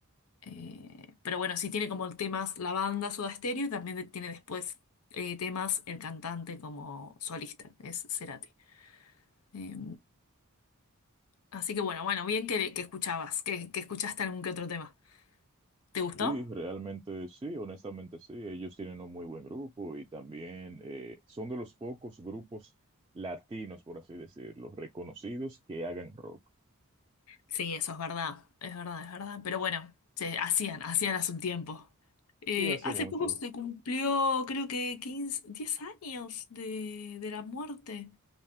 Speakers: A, on the left (about 85°); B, on the right (about 20°).
A: Eh, pero bueno, sí tiene como temas la banda Soda Stereo y también de- tiene después eh, temas el cantante como solista, es Cerati. Eh, así que bueno, bueno, bien que, que escuchabas, que, que escuchaste algún que otro tema. ¿Te gustó?
B: Sí, realmente sí, honestamente sí. Ellos tienen un muy buen grupo y también eh, son de los pocos grupos latinos, por así decirlo, reconocidos que hagan rock.
A: Sí, eso es verdad, es verdad, es verdad. Pero bueno, se hacían, hacían hace un tiempo. Eh,
B: Sí, hace
A: hace
B: mucho.
A: poco se cumplió, creo que 15 10 años de, de la muerte